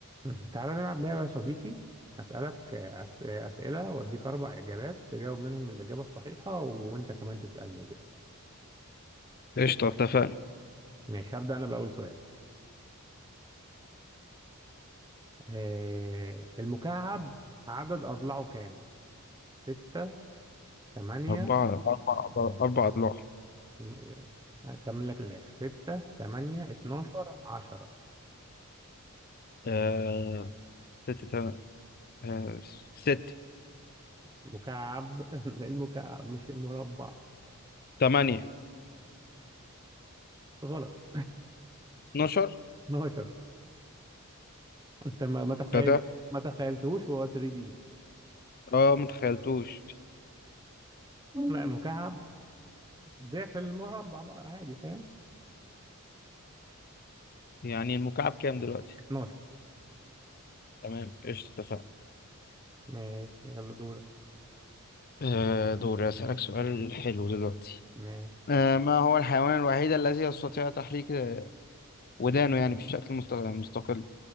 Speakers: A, on the right; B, on the left.
A: مم. تعالى نلعب لعبة يا صديقي هسألك أس... أسئلة وأديك أربع إجابات تجاوب منهم الإجابة الصحيحة وأنت كمان تسألني وكده
B: قشطة اتفقنا
A: ماشي هبدأ أنا بأول سؤال آه، المكعب عدد أضلاعه كام؟ ستة تمانية
B: أربعة أربع أضلاع. أربع أضلاع
A: م- آه، هكمل لك الآخر ستة تمانية اتناشر عشرة
B: آه... ستة تم... آه... ست
A: مكعب <laughs> المكعب مش المربع
B: تمانية
A: غلط
B: اتناشر
A: 12 أنت ما ما تخيل
B: ده ده
A: ما تخيلتهوش وهو 3 دي
B: اه متخيلتوش
A: لا <laughs> المكعب ضعف المربع بقى عادي فاهم
B: يعني المكعب كام دلوقتي
A: 12
B: تمام قشطة اتفقنا
A: ماشي يلا دورك
B: آه دوري أسألك سؤال حلو دلوقتي
A: ماشي
B: آه ما هو الحيوان الوحيد الذي يستطيع تحريك ودانه يعني بشكل مست- مستقل